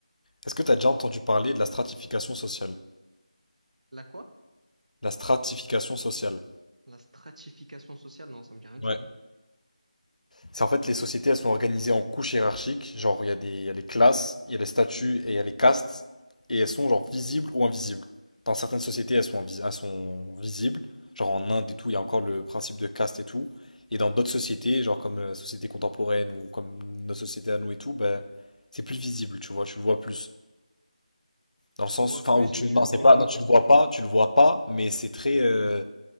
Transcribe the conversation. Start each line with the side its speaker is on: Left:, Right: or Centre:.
Left: Est-ce que tu as déjà entendu parler de la stratification sociale?
Right: La quoi?
Left: La stratification sociale.
Right: La stratification sociale? Non, ça me dit rien du
Left: Ouais.
Right: tout.
Left: C'est en fait les sociétés, elles sont organisées en couches hiérarchiques. Genre, il y a des, il y a les classes, il y a les statuts et il y a les castes. Et elles sont genre visibles ou invisibles. Dans certaines sociétés, elles sont, invi- elles sont visibles. Genre en Inde et tout, il y a encore le principe de caste et tout. Et dans d'autres sociétés, genre comme la société contemporaine ou comme notre société à nous et tout, ben, c'est plus visible, tu vois, tu le vois plus. Dans le
Right: Tu
Left: sens,
Right: le vois
Left: enfin,
Right: plus
Left: où tu,
Right: ou tu
Left: non,
Right: le
Left: c'est
Right: vois
Left: pas,
Right: moins?
Left: non, tu le vois pas, tu le vois pas, mais c'est très, euh,